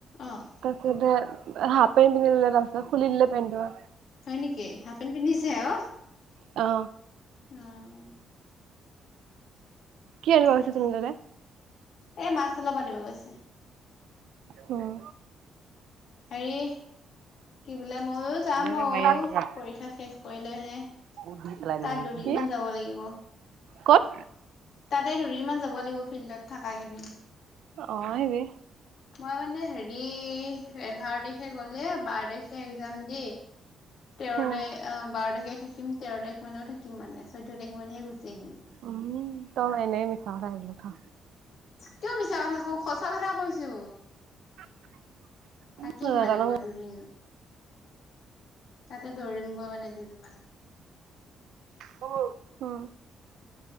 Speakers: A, on the left; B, on the right.
A: অ।
B: তেকে ধেত হাফ পেণ্ট পিন্ধি ললে তাপিছত খুলি দিলে পেণ্ট ধোৰা।
A: হয় নেকি হাফ পেণ্ট পিন্ধিছে আও।
B: অ।
A: <unintelligible>
B: কি আনিব
A: দে
B: গৈছে
A: দে
B: চুনু দাদাই?
A: এই মাছ অলপ আনিব গৈছে।
B: উম
A: হেৰি কি বোলে মইও যাম
B: এনেকে
A: ঔ
B: মাৰি আছা
A: পৰীক্ষা শেষ কৰি লৈ হে
B: মোক দি পেলাই দিব
A: তাত দুদিন
B: কি?
A: মান যাব লাগিব।
B: ক'ত?
A: তাতে দুদিনমান যাব লাগিব ফিল্ডত থাকা কেইদিন।
B: অ আহিবি।
A: মই মানে হেৰি এঘাৰ তাৰিখে গ'লে বাৰ তাৰিখে একজাম দি তেৰ
B: উম
A: তাৰিখ বাৰ তাৰিখে থাকিম তেৰ তাৰিখ মানেও থাকিম মানে চৈধ্য তাৰিখ মানেহে গুচি আহিম
B: উম তই এনেই মিছা কৈ দিয় খা
A: কিয় মিছা কথা কম সঁচা কথা কৈছো।
B: <inaudible>
A: থাকিম
B: থ নাজানো
A: মানে মই দুদিন তাতে দৌৰিম গৈ মানে দুদিনমান
B: অ